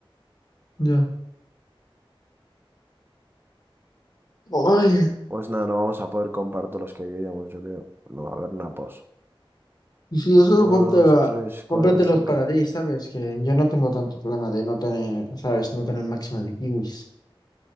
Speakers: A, on the left; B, on the right.
A: Ya. Ay.
B: Pues nada, no vamos a poder comprar todos los que queríamos, yo creo. No va a haber napos.
A: Y si eso
B: Uno,
A: ponte
B: dos,
A: a-
B: tres, cuatro,
A: cómpratelos
B: cinco.
A: para ti, ¿sabes? Que yo no tengo tanto problema de no tener, ¿sabes? No tener máxima de kiwis.